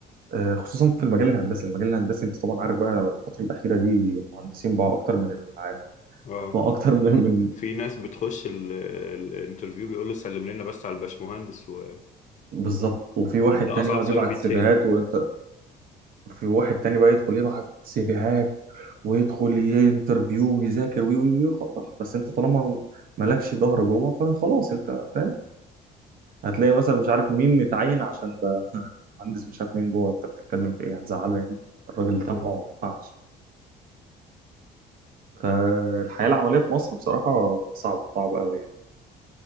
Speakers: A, on the right; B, on the left.
A: آه، خصوصا في المجال الهندسي المجال الهندسي انت طبعا عارف بقى الفتره الاخيره دي المهندسين بقى اكتر من العام
B: اه
A: بقى <laughs> اكتر من من-
B: في ناس بتخش ال- ال- الانترفيو بيقول له سلم لنا بس على الباشمهندس و-
A: بالظبط وفي
B: وخلاص
A: واحد تاني
B: ده اصعب
A: يقعد
B: سؤال
A: يبعت
B: بيتساله
A: سيفيهات
B: يعني.
A: وفي واحد تاني بقى يدخل يبعت سيفيهات ويدخل ينترفيو ويذاكر وي وي وي خلاص. بس انت طالما مالكش ظهر جوه فخلاص انت فاهم هتلاقي مثلا مش عارف مين متعين عشان ده <laughs> مهندس مش عارف مين جوه انت بتتكلم في ايه هتزعله يعني الراجل تبعه ما ينفعش فالحياه
B: مم.
A: العمليه في مصر بصراحه صعبه صعبه قوي يعني.